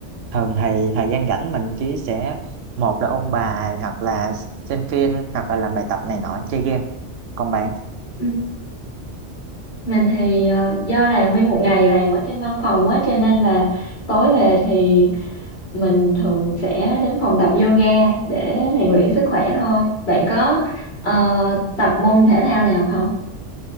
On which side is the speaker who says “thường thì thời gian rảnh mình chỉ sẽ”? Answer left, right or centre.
Right